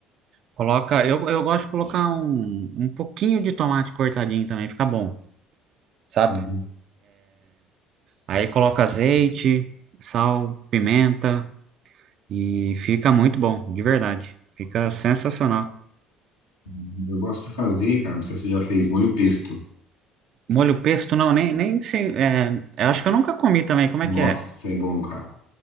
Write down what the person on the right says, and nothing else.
coloca. Eu, eu gosto de colocar um, um pouquinho de tomate cortadinho também, fica bom, sabe?
Aí coloca azeite, sal, pimenta e fica muito bom, de verdade. Fica sensacional.
Molho pesto, não, nem, nem sei. é, eu acho que eu nunca comi também. Como
é que é?